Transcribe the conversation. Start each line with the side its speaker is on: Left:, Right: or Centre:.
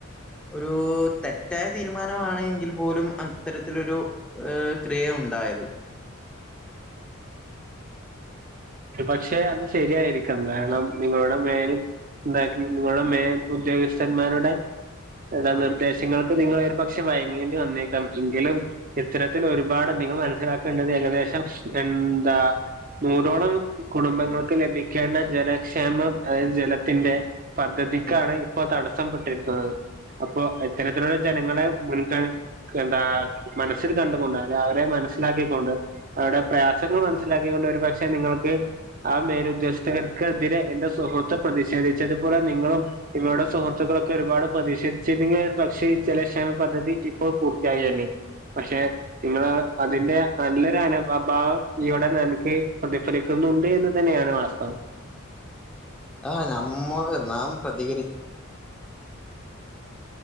Centre: ഒരൂ തെറ്റായ തീരുമാനമാണ് എങ്കിൽ പോലും അത്തരത്തിലൊരു ഏ ക്രിയ ഉണ്ടായത്
Right: പക്ഷേ അത് ശരിയായിരിക്കാം കാരണം നിങ്ങളുടെ മേല് ഉണ്ടായിട്ട്ള്ള നിങ്ങളുടെ മേൽ ഉദ്ദേഗസ്ഥൻമാരൊ ചെല
Centre: ആഹ്
Right: നിർദേശങ്ങൾക്ക് നിങ്ങളെരു പക്ഷെ വയങ്ങേണ്ടിവന്നേക്കാം എങ്കിലും ഇത്തരത്തിലൊരുപാട് നിങ്ങള് മനസിലാക്കെണ്ടത് ഏകദേശം എന്താ നൂറോളം കുടുംബങ്ങൾക്ക് ലഭിക്കേണ്ട ജല ക്ഷേമം അതായത് ജലത്തിന്റെ പദ്ധതിക്കാണ്
Centre: ഉം
Right: ഇപ്പ തട ത്തം പെട്ടിരിക്കുന്നത് അപ്പൊ ഇത്തരത്തി ജനങ്ങളെ മുൻ കഴ് എന്താ മനസ്സിൽ കണ്ടു കൊണ്ട് അല അവരെ മനസിലാക്കി കൊണ്ട് അവിടെ പ്രയാസങ്ങൾ മന ലാക്കി കൊണ്ട് ഒരു പക്ഷെ നിങ്ങൾ ക്ക് ആ മേലുദ്ദേശ്ത്തിനെക്കെതിരെ എന്റെ സുഹു ത്ത് പ്രതിഷേധിച്ചത് പോലെ നിങ്ങളും നിങ്ങളുടെ സുഹൃത്തുക്കളും ക്കൊര്പാട് പ്രതിഷേ ച്ചിണ്ടെങ്കിൽ ഒരു പക്ഷെ ജല ക്ഷേമം പദ്ധതി ഇപ്പൊ പൂർത്തിയായേനെ പക്ഷെ ഇങ്ങള് അതിന്റെ അല്ലര് അന അഭാവം ഇവിടെ നൽകി പ്രതി ഫലിക്കുന്നുണ്ട് എന്ന് തന്നെയാണ് വാസ്തവം
Centre: ആ നമ്മോള് നാം പ്രതി